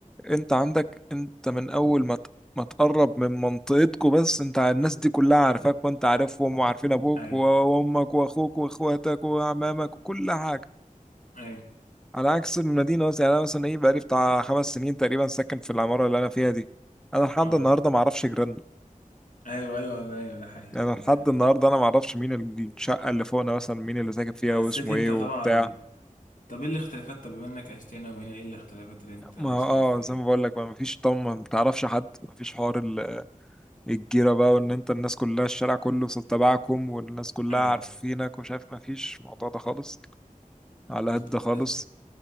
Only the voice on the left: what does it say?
اي
اي
اه
ايوه ايوه ده ايوه ده حقيقي
ده
حقيقي
حسيت
انت
طبعا
طب ايه الاختلافات طب بما انك عشت هنا وهنا ايه الاختلافات اللي انت
شايفها
يعني
ايوه
بس
بس